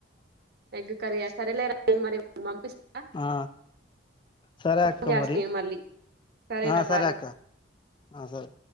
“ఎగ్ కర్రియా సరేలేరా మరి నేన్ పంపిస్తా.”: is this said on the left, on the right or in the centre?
Right